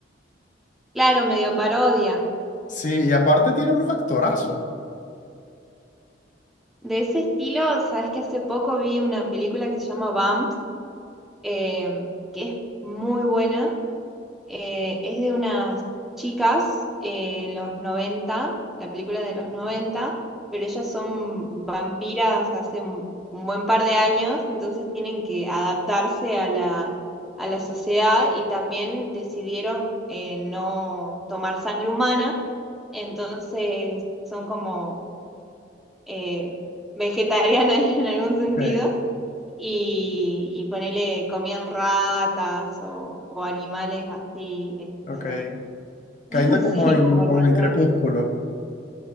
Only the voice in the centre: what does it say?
Claro, medio parodia.
De ese estilo, sabes que hace poco vi una película que se llama Bumps, eh, que es muy buena. Eh, es de unas chicas eh, en los noventa la película es de los noventa pero ellas son vampiras hace un, un buen par de años, entonces tienen que adaptarse a la, a la sociedad y también decidieron eh, no tomar sangre humana, entonces son como eh, vegetarianas <laughs> en algún sentido.
Y, y ponele, comían ratas o, o animales así, este,
<laughs>
Sí,
como
roedores.